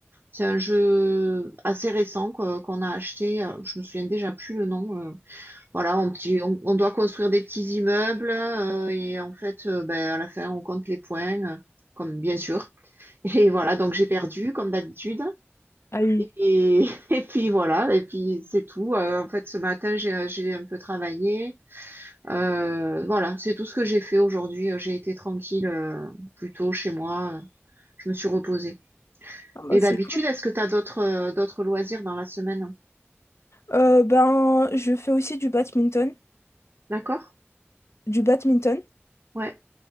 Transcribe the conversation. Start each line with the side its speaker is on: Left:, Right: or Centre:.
Right: c'est un jeu assez récent quoi, qu'on a acheté. euh, je me souviens déjà plus le nom. euh. voilà, on, petit- on, on doit construire des petits immeubles euh, et en fait, euh, ben, à la fin, on compte les points, euh, comme bien sûr. <laughs> Et voilà, donc j'ai perdu comme d'habitude.
Left: Ah oui.
Right: Et, <laughs> et puis voilà, et puis c'est tout. Euh, en fait, ce matin, j'ai j'ai un peu travaillé. Euh, voilà, c'est tout ce que j'ai fait aujourd'hui. Euh, J'ai été tranquille, euh, plutôt chez moi. Euh, Je me suis reposée.
Left: Ah bah
Right: Et d'habitude,
Left: c'est cool.
Right: est-ce que tu as d'autres euh, d'autres loisirs dans la semaine?
Left: Euh, ben, je fais aussi du badminton.
Right: D'accord?
Left: Du badminton,
Right: Ouais.